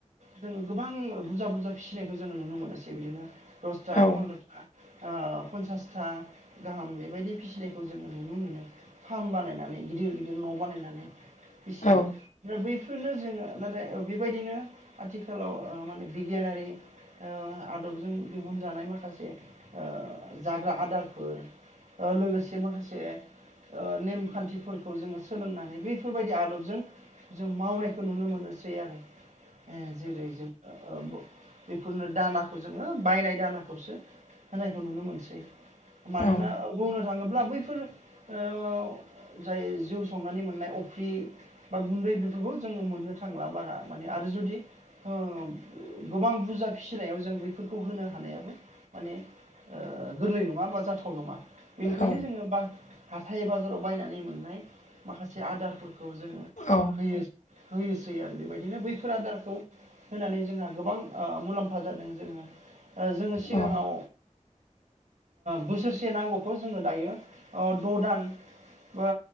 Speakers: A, on the right; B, on the left.
A: जोङो गोबां बुरजा बुरजा फिसिनायखौ जोङो नुनो मोनोसै बिदिनो दसथा
B: औ
A: फन्द्र'था ओ पन्सासथा गाहाम बेबायदि फिसिनायखौ जोङो नुनो मोनो फार्म बानायनानै गिदिर गिदिर न' बानायनानै फिसियो
B: औ
A: ओमफ्राय बै फोरनो जोङो नाथाय बेबायदिनो आथिखालाव ओ माने बिगियानारि ओ आदबजों दिहुनजानाय माखासे ओ जाग्रा आदारफोर ओ लोगोसे माखासे ओ नेमखान्थिफोरखौ जोङो सोलोंनानै बैफोरबायदि आदबजों जों मावनायखौ नुनो मोनो सै आरो
B: <inaudible>
A: ए जेरै जोङो बो बेफोरनो दानाखौ जोङो बायनाय दानाखौसो होनायखौ नुनो मोनसै मानोना
B: औ
A: बुंनो थाङोब्ला बैफोर ओ जाय जौ संनानै मोननाय अफ्रि बा गुन्दै बेफोरखौ जोङो मोननो थांला बारा माने आरो जुदि ओब गोबां बुरजा फिसिनायाव जों बेफोरखौ होनो हानायाबो माने ओ गोरलै नङा बा जाथाव नङा बेनिखायनो
B: औ
A: जोङो बा हाथाइ बाजाराव बायनानै मोननाय माखासे आदारफोर खौ जोङो
B: औ
A: होयो होयोसै आरो बेबायदिनो बैफोर आदारखौ होननानै जोंहा गोबां ओ मुलाम्फा जादों जोङो ओ जोङो सिगाङाव
B: औ
A: बोसोरसे नांगौखौ जोङो दायो द' दान बा